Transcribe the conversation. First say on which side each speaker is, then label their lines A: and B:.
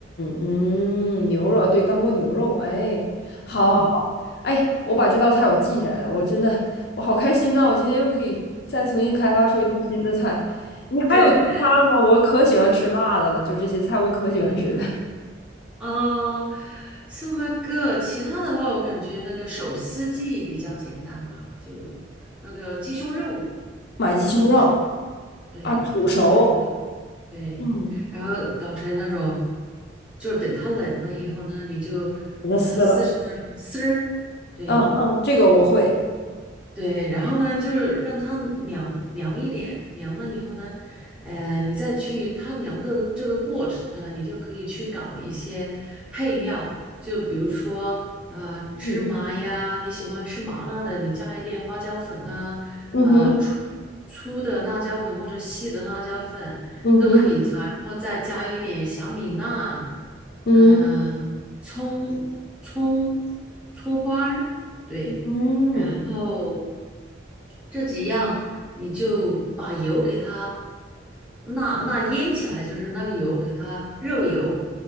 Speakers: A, on the left (about 55°); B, in the centre.
A: 嗯，牛肉啊，对，干锅牛肉，哎，好好好，
B: 嗯，
A: 哎，我把这道菜我记下来了，我真的我好开心呐、我今天又可以再重新开发出一道新的菜。你还有其他的吗？
B: 对。
A: 我可喜欢吃辣的了，就这些菜我可喜欢吃了。
B: 嗯，像那个其他的话，我感觉那个手撕鸡比较简单吧，就那个鸡胸肉
A: 买鸡胸肉
B: 给它煮熟，对，
A: 啊，煮熟，
B: 给它煮熟了，对，
A: 嗯，
B: 然后搞成那种，就是等它冷了以后呢，你就给它撕成那种丝儿，
A: 给它撕了，
B: 对，
A: 嗯嗯，这个我会，
B: 对，然后呢，就是让它凉凉一点，凉了以后呢，呃，你再去它凉的这个过程，你就可以去搞一些配料，就比如说呃芝麻呀，
A: 嗯
B: 你喜欢吃麻辣的，你加一点花椒粉啊，
A: 嗯哼
B: 呃粗粗的辣椒粉或者细的辣椒粉都可以加，
A: 嗯哼
B: 然后再加一点小米辣，
A: 嗯
B: 嗯、葱葱葱花儿，对。
A: 嗯
B: 然后这几样你就把油给它那那腌起来，就是那个油给它热油，